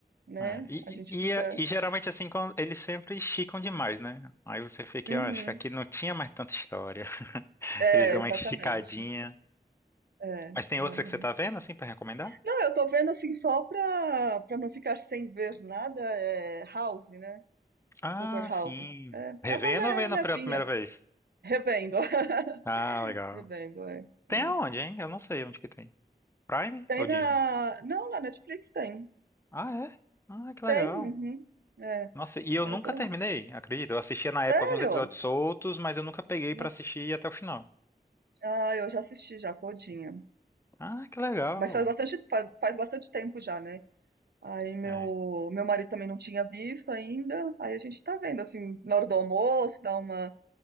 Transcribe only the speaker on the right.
né?
A gente
fica.
Uhum.
É,
exatamente.
É.
aham.
Não, eu tô vendo assim só pra, pra não ficar sem ver nada, é House, né?
Dr. House.
É,
é uma le-
levinha.
Revendo. <laughs>
Revendo, é,
é.
Tem
na.
Não, na Netflix tem.
Tem, uhum. É.
Aí
eu tô.
Sério?
É.
Ah, eu já assisti já, todinha.
Mas faz bastante, fa- faz bastante tempo já, né? Aí meu,
meu marido também não tinha visto ainda. Aí a gente tá vendo assim, na hora do almoço, dá uma,